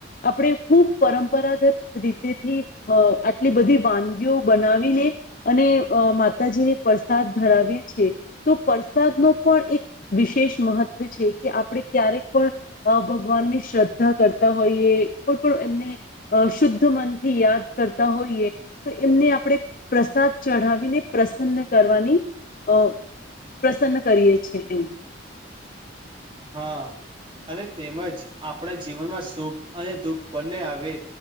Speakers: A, on the left; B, on the right.
A: આપણેે ખુબ પરંપરાગત રીતેથી અ આટલી બધી વાનગીઓ બનાવીને અને અ માતાજીને પ્રસાદ ધરાવી એ છે તો પરસાદ નો પણ એક વિશેષ મહત્વ છે કે આપણે ક્યારેક પણ અ ભગવાન ની શ્રદ્ધા કરતા હોઈએ કોઈ પણ એમને અ શુદ્ધ મન થી યાદ કરતા હોઈએ તો એમને આપણે પ્રસાદ ચઢાવીને પ્રસન્ન કરવાની અ પ્રસન્ન કરીયે છે એમ
B: હા અને તેમજ આપણા જીવનમાં સુખ અને દુઃખ બંને આવે